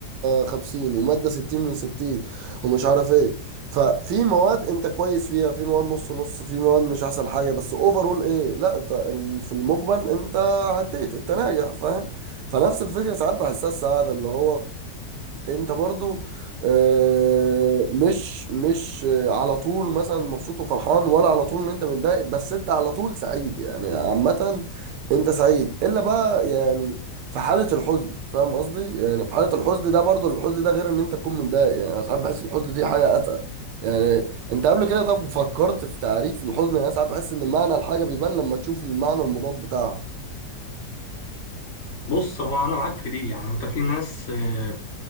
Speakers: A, on the right; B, on the left.
A: 50 ومادة 60 من 60 ومش عارف ايه ففي مواد انت كويس فيها في مواد نص نص في مواد مش احسن حاجة بس اوفرول ايه لا انت ال- في المجمل انت عديت انت ناجح فاهم فنفس الفكرة ساعات بحسها السعادة اللي هو انت برضو آه، مش مش آه، على طول مثلا مبسوط وفرحان ولا على طول ان انت متضايق بس انت على طول سعيد يعني عامة انت سعيد الا بقى يعني في حالة الحزن فاهم قصدي يعني في حالة الحزن ده برضو الحزن ده غير ان انت تكون متضايق يعني انا ساعات بحس الحزن دي حاجة اتقل يعني انت قبل كده طب فكرت في تعريف الحزن يعني أنا ساعات بحس ان معنى الحاجة بيبان لما تشوف المعنى المضاد بتاعها
B: بص هو انا معاك في دي يعني انت في ناس آه،